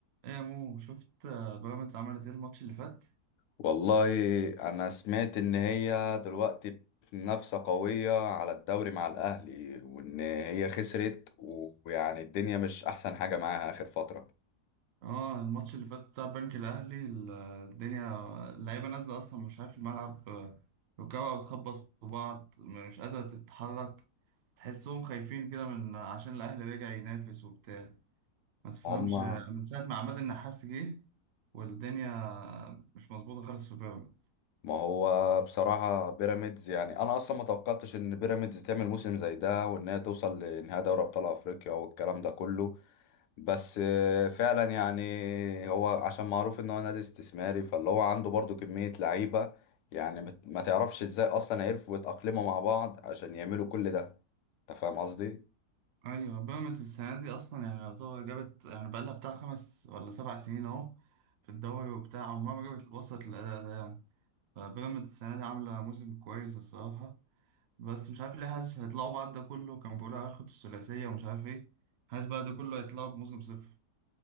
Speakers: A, on the right (about 70°); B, on the left (about 80°).
A: ايه يا مو شفت آه، بيراميدز عملت ايه الماتش اللي فات
B: والله انا سمعت ان هي دلوقتي في منافسة قوية على الدوري مع الاهلي وان هي خسرت و- ويعني الدنيا مش احسن حاجة معاها اخر فترة
A: اه الماتش اللي فات بتاع البنك الاهلي ال- الدنيا اللعيبه نازله اصلا مش عارف الملعب آه، ركبها بتخبط في بعض مش قادره تتحرك تحسهم خايفين كده من عشان الاهلي رجع ينافس وبتاع ما تفهمش
B: هما
A: آه، من ساعه ما عماد النحاس جه والدنيا مش مظبوطه خالص في بيراميدز
B: ما هو بصراحة بيراميدز يعني انا اصلا ما توقعتش ان بيراميدز تعمل موسم زي ده وان هي توصل لنهائي دوري ابطال افريقيا والكلام ده كله بس آه، فعلا يعني هو عشان معروف ان هو نادي استثماري فاللي هو عنده برضو كمية لعيبة يعني مت- ما تعرفش ازاي اصلا عرفوا يتأقلموا مع بعض عشان يعملوا كل ده انت فاهم قصدي؟
A: ايوه بيراميدز السنه دي اصلا يعني يعتبر جابت يعني بقالها بتاع خمس ولا سبع سنين اهو في الدوري وبتاع عمرها ما جابت وصلت للاداء ده يعني فبيراميدز السنه دي عامله موسم كويس الصراحه بس مش عارف ليه حاسس هيطلعوا بعد ده كله كان بيقولوا هياخدوا الثلاثيه ومش عارف ايه حاسس بعد ده كله هيطلعوا بموسم صفر